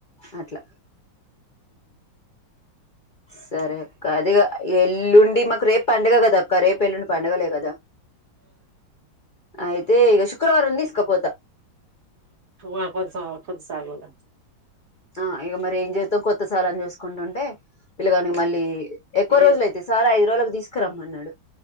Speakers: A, on the left; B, on the right.
A: అట్లా సరే అక్క అది ఎల్లుండి మాకు రేపు పండగ కద అక్క రేపు ఎల్లుండి పండగలే కదా అయితే ఇక శుక్రవారం తీసుకపోతా
B: ు కొద్స కొద్సాగుద
A: ఆ ఇక మరి ఏం చేస్తాం కొత్త సాలన్ని చూసుకుంటుంటే పీల్లగానికి మళ్ళీ ఎక్కువ
B: ఏ
A: రోజులయితే సార్ ఐదు రోజులకు తీసుకురమ్మ అన్నాడు